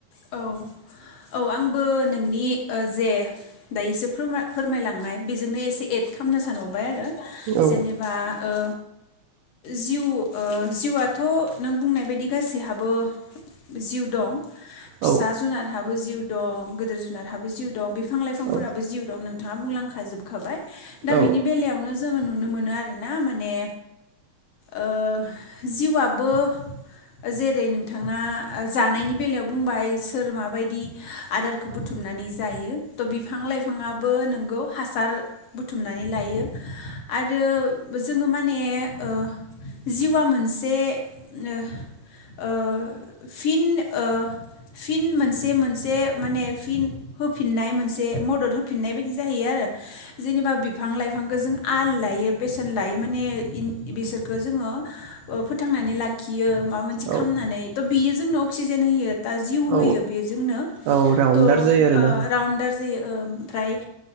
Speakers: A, on the left; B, on the right.
A: औ औ आंबो नोंनि ओ जे दा एसे फोरमा-फोरमायलांनाय बेजोंनो एसे एद खालामनो सानहरबाय आरो।
B: औ
A: जेनेबा ओ जिउ ओ जिउआथ' नों बुंनाय बायदि गासैहाबो जिउ दं। फिसा
B: औ
A: जुनारहाबो जिउ दं, गोदोर जुनारहाबो जिउ दं, बिफां लाइफांफोराबो
B: औ
A: जिउ दं नों थाङा बुंलांखाजोबखाबाय। दा
B: औ
A: बिनि बेलायावनो जोङो नुनो मोनो आरोना माने ओ जिउआबो जेरै नोंथाङा जानायनि बेलायाव बुंबाय सोर माबायदि आदारखौ बुथुमनानै जायो थ' बिफां लाइफाङाबो नोंगौ हासार बुथुमनानै लायो आरो जोङो माने ओ जिउआ मोनसे ओ ओ फिन ओ फिन मोनसे मोन से माने फिन होफिननाय मोनसे मदद होफिननाय बायदि जाहैयो आरो जेनेबा बि फां लाइफांखौ जों आल लायो बेसेन लायो माने इन बिसोर खौ जोङो ओ फोथांनानै लाखियो माबा मोनसे
B: औ
A: खालामनानै थ' बियो जोंनो अक्सिजेन होयो। दा जिउ
B: औ
A: होयो बेजोंनो।
B: औ राउन्डार
A: थ'ओ
B: जायो आरोना
A: राउन्डार जायो ओ ओमफ्राय